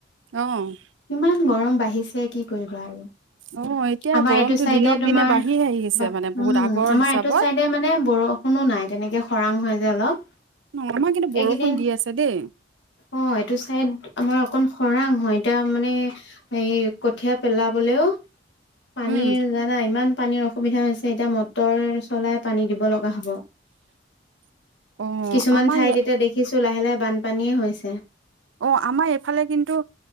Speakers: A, on the right; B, on the left.
A: অ'।
B: ইমান গৰম বাঢ়িছে কি কৰিবা আৰু?
A: অ', এতিয়া
B: আমাৰ
A: গৰমটো
B: এইটো চাইডে
A: দিনক
B: তোমাৰ,
A: দিনে বাঢ়ি
B: <unintelligible>
A: আহি আছে
B: উম,
A: মানে বহুত আগৰ
B: আমাৰ
A: হিচাপত।
B: এইটো চাইডে মানে মানে বৰষুণো নাই তেনেকে খৰাং হয় যে অলপ।
A: উম, আমাৰ কিন্তু বৰষুণ
B: এইকেইদিন
A: দি আছে দেই।
B: অ, এইটো চাইদ আমাৰ অকন খৰাং হয়। এতিয়া মানে, এই কঠিয়া পেলাবলেও পানীৰ
A: উম,
B: নাই ইমান পানীৰ অসুবিধা হৈছে, এতিয়া মটৰ চলাই পানী দিব লগা হ'ব।
A: অ',
B: কিছুমান
A: আমাৰ
B: ঠাইত
A: ইয়া
B: এতিয়া দেখিছো, লাহে লাহে বানপানীয়ে হৈছে।
A: অ, আমাৰ এইফালে কিন্তু